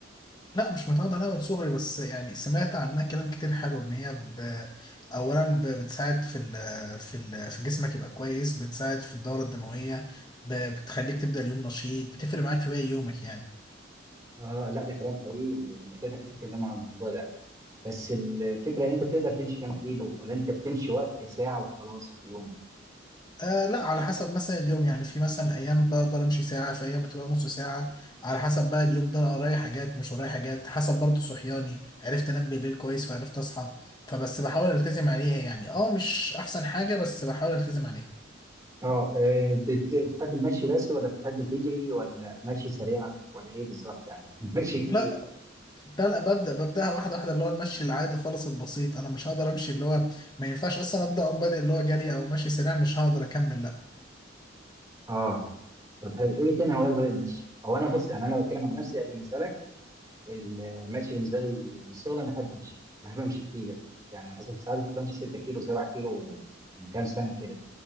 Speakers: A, on the left; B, on the right.
A: لا مش متعود عليها من صغري بس يعني سمعت عنها كلام كتير حلو ان هي ب... اولا ب... بتساعد في ال... في ال... في جسمك يبقى كويس بتساعد في الدورة الدموية ب... بتخليك تبدأ اليوم نشيط بتفرق معاك في باقي يومك يعني
B: اه لا ده كلام حقيقي والدكاتره كتير اتكلموا عن الموضوع ده بس الفكره انت بتقدر تمشي كام كيلو ولا انت بتمشي وقت ساعه وخلاص في اليوم
A: آه لا على حسب مثلا اليوم يعني في مثلا ايام بقدر امشي ساعة في ايام بتبقى نص ساعة على حسب بقى اليوم ده انا ورايا حاجات مش ورايا حاجات حسب برضه صحياني عرفت انام بالليل كويس فعرفت اصحى فبس بحاول التزم عليها يعني اه مش احسن حاجة بس بحاول التزم عليها
B: اه آه، بت- بتحب المشي بس ولا بتحب تجري ولا مشي سريعه ولا ايه بالظبط يعني <laughs> المشي كتير
A: لا لا لا ببدأ ببدأها واحدة واحدة اللي هو المشي العادي خالص البسيط أنا مش هقدر أمشي اللي هو ما ينفعش أصلا أبدأ أقوم بادئ اللي هو جري أو مشي سريع مش هقدر أكمل لا
B: اه طب حلو ايه تاني هوايات غير المشي هو انا بص يعني انا بتكلم عن نفسي قبل ما اسالك المشي بالنسبه لي من الصغر انا بحب امشي بحب امشي كتير يعني مثلا في ساعات كنت بمشي 6 كيلو 7 كيلو من كام سنه كده